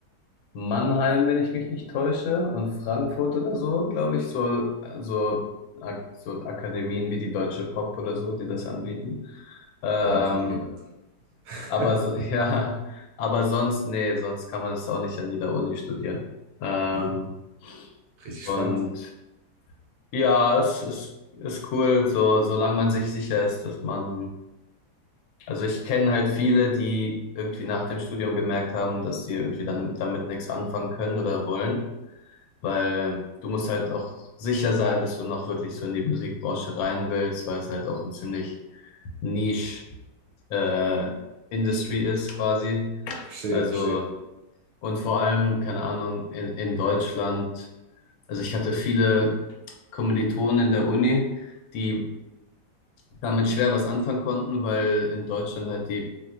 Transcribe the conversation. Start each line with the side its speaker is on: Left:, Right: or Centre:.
Left: Mannheim, wenn ich mich nicht täusche, und Frankfurt oder so, glaube ich, so, so, ak- so Akademien wie die Deutsche Pop oder so, die das anbieten. Ähm,
Right: Boah, noch nie gehört. <laughs>
Left: aber so, <laughs> ja, aber sonst, nee, sonst kann man es auch nicht an jeder Uni studieren. Ähm,
Right: Ja, Richtig
Left: und
Right: spannend.
Left: ja, es ist, ist cool, so, solange man sich sicher ist, dass man, also ich kenne halt viele, die irgendwie nach dem Studium gemerkt haben, dass sie irgendwie dann damit nichts anfangen können oder wollen. weil du musst halt auch sicher sein, dass du noch wirklich so in die Musikbranche rein willst, weil es halt auch ein ziemlich Niche äh, Industry ist quasi.
Right: Verstehe,
Left: Also,
Right: verstehe.
Left: und vor allem, keine Ahnung, in, in Deutschland, also ich hatte viele Kommilitonen in der Uni, die damit schwer was anfangen konnten, weil in Deutschland halt die